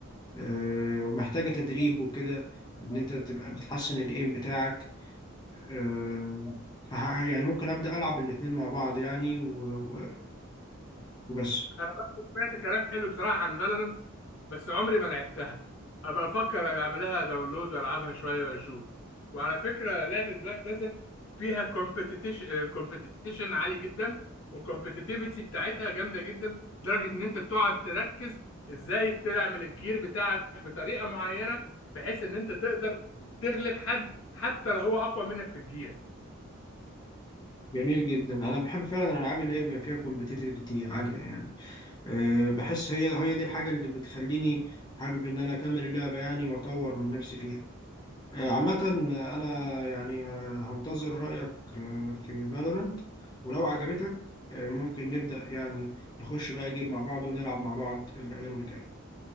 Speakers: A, on the left; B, on the left.
A: آه، ومحتاجة تدريب وكده ان انت تبقى بتحسن الايم بتاعك آه، فه- يعني ممكن ابدا العب الاتنين مع بعض يعني و- و- وبس
B: انا بس سمعت كلام حلو بصراحه عن فالورنت بس عمري ما لعبتها هبقى افكر اعملها داونلود والعبها شويه واشوف وعلى فكره لعبه بلاك ديزرت فيها كومبيتيشن كومبيتيشن عالي جدا والكومبيتيتيفيتي بتاعتها جامده جدا لدرجه ان انت تقعد تركز ازاي تعمل الجير بتاعك بطريقه معينه بحيث ان انت تقدر تغلب حد حتى لو هو اقوى منك في الجير
A: جميل جدا انا بحب فعلا الالعاب اللي هي بيبقى فيها كومبتيتيفيتي عاليه يعني أه بحس هي هي دي الحاجه اللي بتخليني حابب ان انا اكمل اللعبه يعني واطور من نفسي فيها أه عامه آه، انا يعني آه، هنتظر رايك آه، في فالورانت ولو عجبتك آه، ممكن نبدا يعني نخش بقى جيم مع بعض ونلعب مع بعض الايام الجايه